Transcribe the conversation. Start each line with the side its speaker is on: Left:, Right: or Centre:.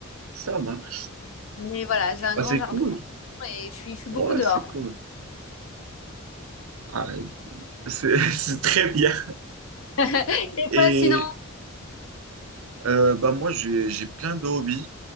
Right: ça marche.
Left: Mais voilà, j'ai un
Right: Bah,
Left: grand
Right: c'est
Left: jardin
Right: cool.
Left: et je suis, je suis beaucoup
Right: Ouais,
Left: dehors.
Right: c'est cool. Ah, c'est <laughs> c'est très bien.
Left: <laughs> Et
Right: Et
Left: toi, sinon?
Right: Euh, bah moi, j'ai j'ai plein de hobbies.